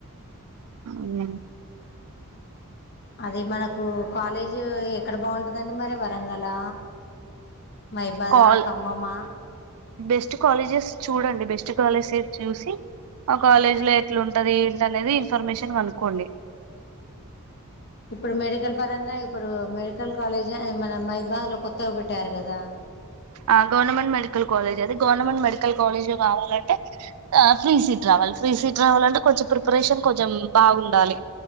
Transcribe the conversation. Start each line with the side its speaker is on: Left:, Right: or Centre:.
Right: అవు
Left: అది మనకు కాలేజీ ఎక్కడ బాగుంటందండి మరి వరంగల్ల మైబాద
Right: కాల్
Left: ఖమ్మమ్మా
Right: బెస్ట్ కాలేజెస్ చూడండి బెస్ట్ కాలేజె చూసి ఆ కాలేజ్ లో ఎట్లాంటది ఏంటినేది ఇన్ఫర్మేషన్ కనుకోండి
Left: ఇప్పుడు మెడికల్ పరంగా ఇప్పుడు మెడికల్ కాలేజ్ మన మైబాద్ లో కొత్తగా పెట్టారు కదా
Right: ఆ గవర్నమెంట్ మెడికల్ కాలేజ్ అది గవర్నమెంట్ మెడికల్ కాలేజ్ కావాలంటే ఫ్రీ సీట్ రావాలి ఫ్రీ సీట్ రావాల అంటే కొంచెం ప్రిపరేషన్ కొంచెం బాగుండాలి